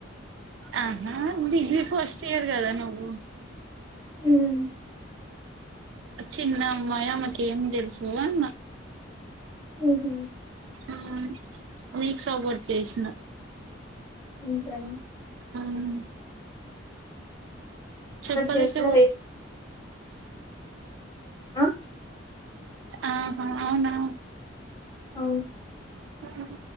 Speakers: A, on the right; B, on the left.
A: ఆహా డిగ్రీ ఫస్ట్ ఇయర్ కదా నువ్వు
B: ఉమ్
A: చిన్న అమ్మాయి ఆమెకిేం తెలుసు అన్న
B: ఉహుం
A: ఆ నీకు సపోర్ట్ చేసినా
B: ఇంట్రన్
A: ఉమ్ చెప్పలెట్ల
B: చేసినా వేస్ట్ ఆ
A: ఆహా అవునా
B: అవును
A: ఉహ్